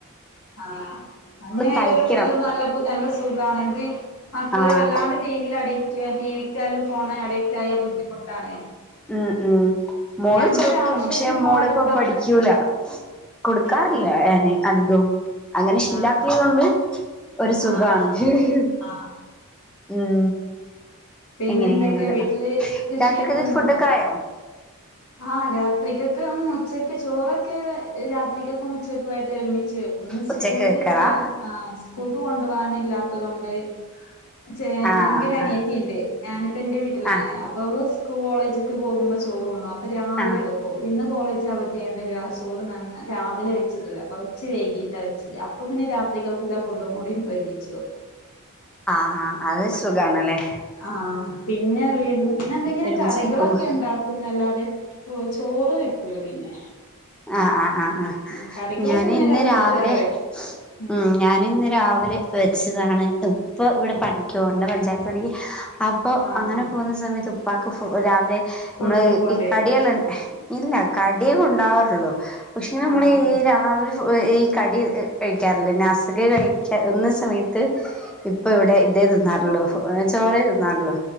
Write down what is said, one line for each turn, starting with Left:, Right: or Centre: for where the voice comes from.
Left: ആ അങ്ങനെയായി
Centre: കളിക്കണം
Left: ഒരു ഒരു നല്ല നല്ല സുഖമാണ് ഇത് മക്കള്
Centre: ആഹ്
Left: വല്ലാണ്ട് ടി വിയിൽ അഡിക്റ്റ് ടി ലും ഫോൺ അഡിക്റ്റ ആയ ബുദ്ധിമുട്ടാണ്
Centre: ഉം ഉം മോള്
Left: ഞമ്മളൊരു
Centre: ചോയിക്കും
Left: ആവശ്യത്തിന്
Centre: പക്ഷേ
Left: ഫോൺ
Centre: മോളിപ്പോ
Left: എടുക്കാൻ
Centre: പഠിക്കൂല
Left: പറ്റില്ല
Centre: കൊടുക്കാറില്ല
Left: ആഹ്
Centre: എനെ അധികം അങ്ങനെ ശീലാക്കിയത്
Left: ആഹ്
Centre: കൊണ്ട് ഒരു സുഖാണ്
Left: ആഹ് ആഹ് ആഹ്
Centre: ഹ് ഹ്
Left: ആഹ്
Centre: ഉം
Left: പിന്നെന്തൊക്കെ
Centre: എങ്ങനെയുള്ളത്
Left: വീട്ടില് കൃഷിയക്കെണോ
Centre: രാത്രിക്കത്തെ ഫുഡൊക്കെ ആയോ
Left: ആ രാത്രിക്ക് ഒക്കെ മുച്ചക്ക് ചോറൊക്കെ രാത്രിക്കൊക്കെ മുച്ചക്കുയിട്ട് ഒരുമിച്ചു ഒന്ന്
Centre: ഉച്ചക്ക്
Left: സ്കൂൾക്ക്
Centre: വെക്കാറാ
Left: പോ ആ സ്കൂൾക്ക് കൊണ്ടുപകാന ഇല്ലാത്തത് കൊണ്ട് ച്ചെ
Centre: ആഹ്
Left: എനിക്കൊരു അനിയത്തി
Centre: ആഹ്
Left: ഉണ്ട് ഞാനിപ്പോ എന്റെ വീട്ടിലാണ്
Centre: ആഹ്
Left: അപ്പൊ അവൾ കോളേജ്ക്ക് പോകുമ്പോ ചോറ് കൊണ്ടു പോകും അപ്പൊ രാവിലെ
Centre: ആഹ്
Left: വെക്കും ഇന്ന് കോളേജ് അവധിയാണ്. അത് കൊണ്ട് ചോറ് നന്ന് രാവിലെ വെച്ചിട്ടില്ല കുറച്ച് വൈകിട്ടാ വെച്ചത് അപ്പൊ പിന്നെരാത്രിക്കക്ക് ഉള്ള ഫു കൂടിയും ഒരുമിച്ചച്ച് വെക്കും
Centre: ആ ആ അത് സുഖണല്ലേ
Left: ആഹ പിന്നെ പിന്നെ എന്തെങ്ങെ
Centre: ഒരുമിച്ച്
Left: കറികളൊക്കെ
Centre: വെക്കുമ്പോ
Left: ഉണ്ടാക്കുംല്ലാതെ ചോറ് വെക്കൂല പിന്നെ
Centre: ആ ആ ആ ആ
Left: ഉം കറികളൊക്കെ
Centre: ഞാന
Left: പിന്നെ
Centre: ഇന്ന്
Left: രാത്രിക്കക്ക്
Centre: രാവിലെ
Left: വേറെ വെക്കും ഉം
Centre: ഉ ഞാന ഇന്ന് രാവിലെ വെച്ചതാണ് ഇപ്പൾ ഇവിടെ പണിക്കൊകുണ്ട്
Left: ആഹ്
Centre: പഞ്ചായത്ത്പണിക്ക് അപ്പോൾ
Left: ആഹ്
Centre: അങ്ങനെ
Left: ആഹ്
Centre: പോകുന്ന സമയത്ത് ഉപ്പാക്ക് രാവിലെ
Left: കൊണ്ടു
Centre: നമ്മള്
Left: പോണ്ടേരും
Centre: ഈ കടികൾണ്ട് ഇല്ല കടിയ
Left: ആഹ്
Centre: കൊണ്ടാവാറുള്ളൂ പക്ഷെ ഈ നമ്മളെ
Left: ആഹ് ആഹ്
Centre: ഈരാവി ഒരു ഈ കടി കഴിക്കാറില്ല നാസക് കഴിക്കാ എന്ന സമയത്ത് ഇപ്പൊ
Left: ആഹ്
Centre: ഇവിടെ
Left: ആഹ്
Centre: ഇതേ തിന്നാറുള്ളു ചോറ തിന്നാറുള്ളു